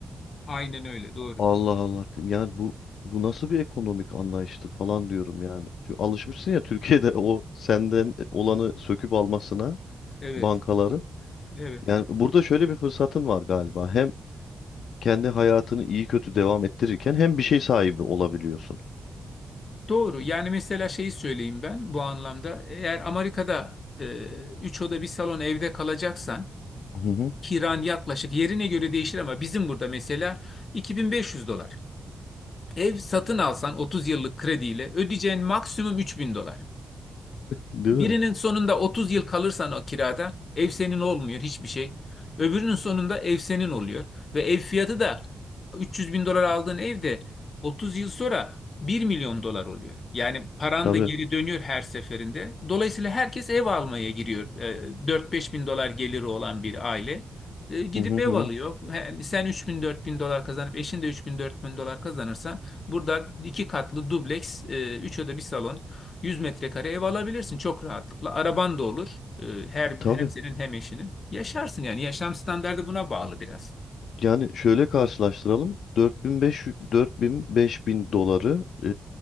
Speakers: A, on the left; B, on the left.
A: Aynen öyle. Doğru.
B: Allah Allah dedim. Yani bu bu nasıl bir ekonomik anlayıştır falan diyorum yani. Çünkü alışmışsın ya Türkiye'de o senden olanı söküp almasına
A: Evet.
B: bankaların.
A: Evet.
B: Yani burada şöyle bir fırsatın var galiba. Hem kendi hayatını iyi kötü devam ettirirken hem bir şey sahibi olabiliyorsun.
A: Doğru. Yani mesela şeyi söyleyeyim ben bu anlamda. Eğer Amerika'da 3 oda bir salon evde kalacaksan
B: Hı hı.
A: kiran yaklaşık yerine göre değişir ama bizim burada mesela 2500 dolar. Ev satın alsan 30 yıllık krediyle ödeyeceğin maksimum 3000 dolar.
B: Değil
A: Birinin
B: mi?
A: sonunda 30 yıl kalırsan o kirada ev senin olmuyor hiçbir şey. Öbürünün sonunda ev senin oluyor. Ve ev fiyatı da 300 bin dolar aldığın evde 30 yıl sonra 1 milyon dolar oluyor. Yani paran
B: Tabii.
A: da geri dönüyor her seferinde. Dolayısıyla herkes ev almaya giriyor. Ee, 4-5 bin dolar geliri olan bir aile. e, Gidip
B: Hı hı hı.
A: ev
B: hı.
A: alıyor. Yani sen 3 bin 4 bin dolar kazanıp eşin de 3 bin 4 bin dolar kazanırsan burada iki katlı dubleks, e, üç oda bir salon 100 metrekare ev alabilirsin çok rahatlıkla. Araban da olur. Ee, Her hem
B: Tabii.
A: senin hem eşinin. Yaşarsın yani. Yaşam standardı buna bağlı biraz.
B: Yani şöyle karşılaştıralım. 4500 4000 bin beş bin doları e,